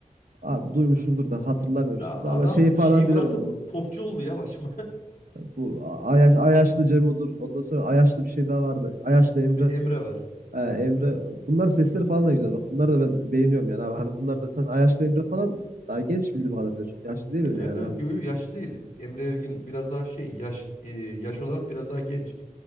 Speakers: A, on the right; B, on the left.
A: Abi duymuşumdur da hatırlamıyorum
B: ya
A: şimdi
B: adam
A: ama şeyi falan
B: şeyi
A: bilirim
B: bıraktı
A: bu
B: popçu oldu ya başıma
A: bu Ayaş, Ayaşlı Cemo'dur ondan sonra Ayaşlı bir şey daha vardı Ayaşlı Emre
B: <laughs> Emre var
A: e, Emre bunların sesleri falan da güzel bak bunları da ben beğeniyorum yani abi hani bunlar da zaten Ayaşlı Emre falan daha genç bildiğim kadarıyla çok yaşlı değil öyle
B: Evet
A: yani
B: evet
A: abi
B: yo yo yaşlı değil. Emre Ergin biraz daha şey yaş e, yaş olarak biraz daha genç.